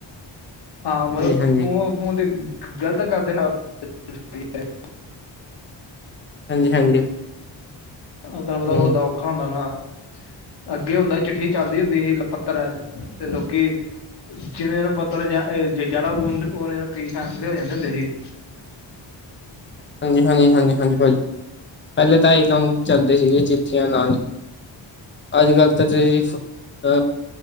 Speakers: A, on the left; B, on the left.
A: ਹਾਂ, ਮਤਲਬ
B: ਹਾਂਜੀ ਹਾਂਜੀ
A: ਫ ਫੋਨ ਤੇ ਗ਼ਲਤ ਕਰਦੇ ਨੇ <unintelligible>
B: ਹਾਂਜੀ ਹਾਂਜੀ,
A: <unintelligible>
B: ਹਮ
A: ਔਖਾ ਹੁੰਦਾ ਨਾ ਅੱਗੇ ਹੁੰਦਾ ਚਿੱਠੀ। ਚੱਲਦੀ ਹੁੰਦੀ ਸੀ ਲਪੱਤਰ ਤੇ ਲੋਕੀ ਜਿੰਨੇ ਨੂੰ ਪੱਤਰ <unintelligible> ਫੈਸਲੇ ਹੋ ਜਾਂਦੇ ਹੁੰਦੇ ਸੀ।
B: ਹਾਂਜੀ ਹਾਂਜੀ, ਹਾਂਜੀ ਹਾਂਜੀ, ਭਾਜੀ ਪਹਿਲੇ ਤਾਂ ਇਹੀ ਕੰਮ ਚੱਲਦੇ ਸੀਗੇ ਚਿੱਠੀਆਂ ਨਾਲ ਅੱਜ ਕੱਲ ਤਾਂ <unintelligible> ਅ